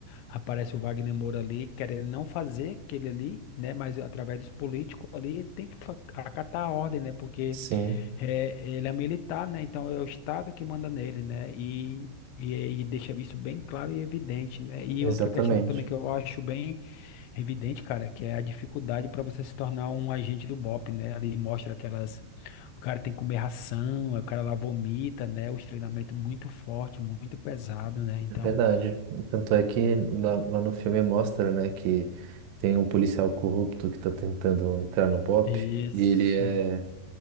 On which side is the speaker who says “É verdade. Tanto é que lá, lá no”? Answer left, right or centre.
Right